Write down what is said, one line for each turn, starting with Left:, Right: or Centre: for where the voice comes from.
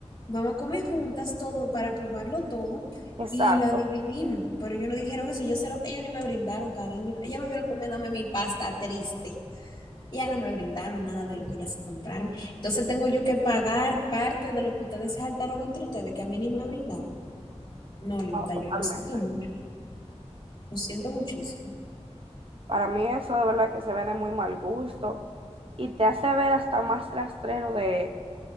Left: Vamos a comer juntas todo para probarlo todo
Right: Exacto,
Left: y la dividimos. Pero ellos no dijeron eso, yo se lo, ellos ni me brindaron cariño. Ellas me vieron comiéndome mi pasta triste. Ya no me brindaron nada de lo que ya se compraron. Entonces tengo yo que pagar parte de lo que ustedes se saltaron entre ustedes, que a mí ni me brindaron. No, linda, yo
Right: totalmente.
Left: lo siento mucho. Lo siento muchísimo.
Right: Para mí eso de verdad que se ve de muy mal gusto y te hace ver hasta más rastrero de,